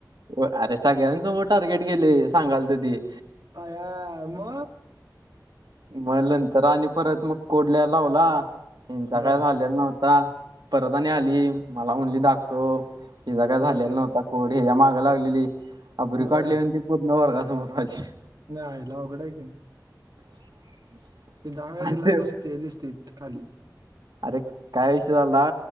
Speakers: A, on the right (about 75°); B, on the right (about 60°).
A: हो अरे सगळ्यांसमोर टार्गेट केले सांगाल तर ते
B: अ या मग
A: मग नंतर आणि परत मग कोड लिहाय लावला हिंचा काय
B: बर
A: झालेला नव्हता का परत आणी आली मला म्हणली दाखव हिचा काय झालेला
B: बर
A: नव्हता कोड हच्या्या माग लागलेली अब्रू
B: बर
A: काढली हो ती पूर्ण वर्गासमोर माझी
B: नाही आयला अवघडं की
A: <inaudible>
B: ते दहा वेळा
A: आणि
B: तिला
A: ते
B: बसते दिसते खाली
A: अरे काय विषय झाला